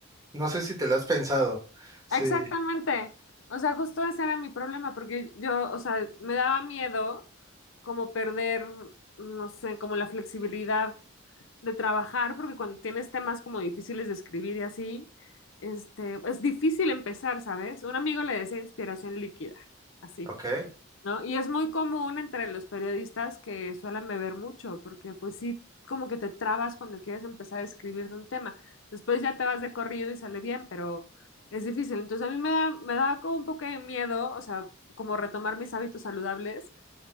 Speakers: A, on the right; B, on the left.
A: No sé si te lo has pensado. Sí,
B: Exactamente. O sea, justo ese era mi problema, porque yo, o sea, me daba miedo como perder, no sé, como la flexibilidad de trabajar, porque cuando tienes temas como difíciles de escribir y así, este, es difícil empezar, ¿sabes? Un amigo le decía inspiración líquida, así.
A: ok.
B: ¿no? Y es muy común entre los periodistas que suelen beber mucho, porque pues sí, como que te trabas cuando quieres empezar a escribir de un tema. Después ya te vas de corrido y sale bien, pero es difícil. Entonces a mí me da, me da como un poco de miedo, o sea, como retomar mis hábitos saludables